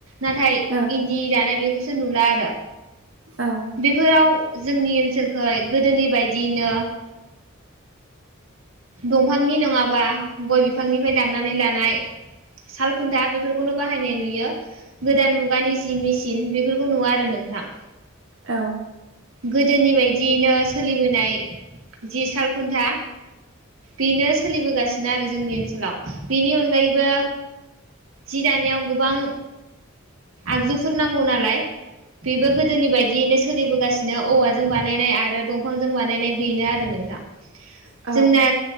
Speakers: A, on the right (about 80°); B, on the right (about 60°).
A: नाथाय
B: औ
A: इन्दि दानाय बेखौसो नुला आरो
B: औ
A: बेफोराव जोंनि ओनसोलखै गोदोनि बायदियैनो दंफांनि नङाबा गय बिफांनिफाय दाननानै लानाय सालखुन्था बेफोरखौनो बाहायनाय नुयो गोदान मुगानि जि मिचिन बेफोरखौ नुवा आरो नोंथां
B: औ
A: गोदोनि बायदियैनो सोलिबोनाय जि सालखुन्था बेनो सोलिबोगासिनो आरो जोंनि ओनसोलाव बेनि अनगायैबो जि दानायाव गोबां आगजुफोर नांगौ नालाय बेबो गोदोनि बायदियैनो सोलिबोगासिनो औवाजों बानायनाय आरो दंफांजों बानायनाय बेनो आरो नो नोंथा
B: औ
A: जोंना